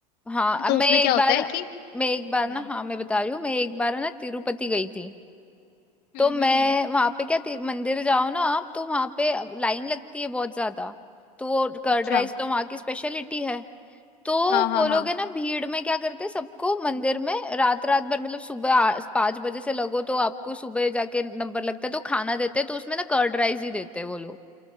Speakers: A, in the centre; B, on the left.
A: हाँ अब
B: तो उसमें
A: मैं एक
B: क्या होता
A: बार
B: है कि
A: मैं एक बार ना
B: हम्म
A: हाँ
B: बोलो।
A: मैं बता रही हूँ मैं एक बार ना तिरुपति गई थी
B: हम्म
A: तो मैं
B: हम्म हम्म
A: वहां पे क्या ती- मंदिर जाओ ना आप तो वहां पे लाइन लगती है बहुत ज्यादा तो वो कर्ड
B: अच्छा
A: राइस तो वहां की स्पेशलिटी है तो
B: हाँ हाँ
A: वो
B: हाँ
A: लोग है ना भीड़ में क्या करते हैं सबको मंदिर में रात रात भर मतलब सुबह आ- पाँच बजे से लगो तो आपको सुबह जाके नंबर लगता है तो खाना देते हैं तो उसमें ना कर्ड राइस ही देते हैं वो लोग